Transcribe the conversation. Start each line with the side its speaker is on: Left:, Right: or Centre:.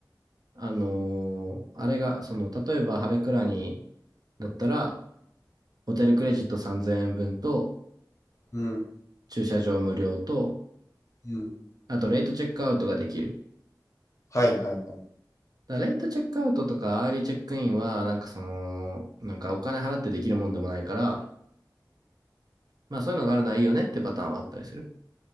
Right: あのーあれが、その、例えばハレクラニだったら、ホテルクレジット3000円分と、
Left: うん。
Right: 駐車場無料と、
Left: うん。
Right: あとレイトチェックアウトができる。
Left: はいはいはい。
Right: だレイトチェックアウトとかアーリーチェックインは、なんかその、なんかお金払ってできるもんでもないから、まあそういうのがあるのはいいよねってパターンはあったりする。